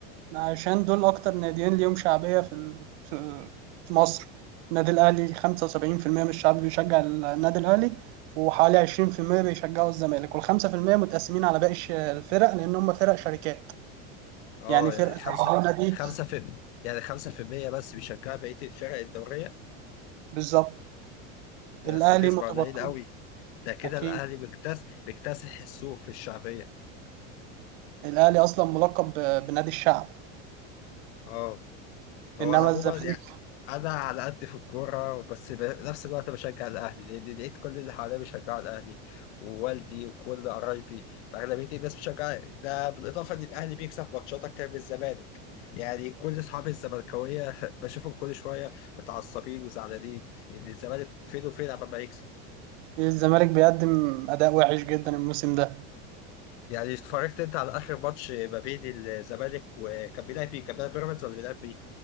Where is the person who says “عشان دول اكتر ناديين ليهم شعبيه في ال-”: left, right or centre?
Right